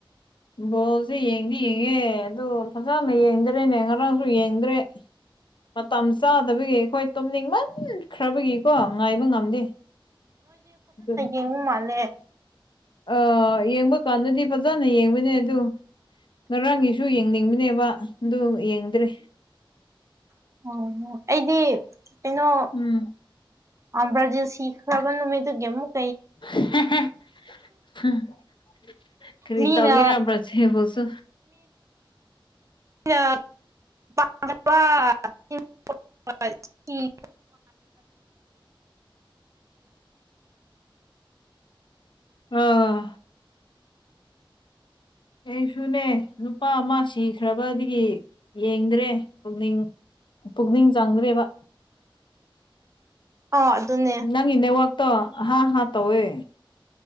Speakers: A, on the left; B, on the right.
A: ꯕꯣꯜꯁꯦ ꯌꯦꯡꯗꯤ ꯌꯦꯡꯉꯦ ꯑꯗꯨ ꯐꯖꯅ ꯌꯦꯡꯗ꯭ꯔꯦꯅꯦ ꯉꯔꯥꯡꯁꯨ ꯌꯦꯡꯗ꯭ꯔꯦ ꯃꯇꯝ ꯆꯥꯗꯕꯒꯤ ꯑꯩꯈꯣꯏ ꯇꯨꯝꯅꯤꯡꯃꯟ ꯈ꯭ꯔꯕꯒꯤꯀꯣ ꯉꯥꯏꯕ ꯉꯝꯗꯦ ꯑꯗꯨ
B: ꯏꯪ ꯃꯂꯦ
A: ꯑ ꯌꯦꯡꯕ ꯗꯨꯀꯥꯟꯗꯗꯤ ꯐꯖꯅ ꯌꯦꯡꯕꯅꯦ ꯑꯗꯨ ꯉꯔꯥꯡꯒꯤꯁꯨ ꯌꯦꯡꯅꯤꯡꯕꯅꯦꯕ ꯑꯗꯨ ꯌꯦꯡꯗ꯭ꯔꯦ
B: ꯑꯣꯝ ꯑꯩꯗꯤ ꯀꯩꯅꯣ
A: ꯎꯝ
B: ꯑ ꯕꯔꯖꯤꯜ ꯁꯤꯈꯔꯕ ꯅꯨꯃꯤꯠꯇꯨꯒꯤ ꯑꯃꯨꯛ
A: <unintelligible> ꯈꯔꯤ
B: ꯃꯤꯅ
A: ꯇꯎꯒꯦꯔꯦ ꯌꯥꯝ ꯁꯤꯕꯨꯁꯨ
B: <unintelligible>
A: ꯑꯥ ꯑꯩꯁꯨꯅꯦ ꯅꯨꯄꯥ ꯑꯃ ꯁꯤꯈ꯭ꯔꯕꯗꯒꯤ ꯌꯦꯡꯗ꯭ꯔꯦ ꯄꯨꯛꯅꯤꯡ ꯄꯨꯛꯅꯤꯡ ꯆꯪꯗ꯭ꯔꯦꯕ
B: ꯑꯣ ꯑꯗꯨꯅꯦ
A: ꯅꯪꯒꯤ ꯅꯦꯠꯋꯥꯛ ꯇꯣ ꯍꯥ ꯍꯥ ꯇꯧꯋꯦ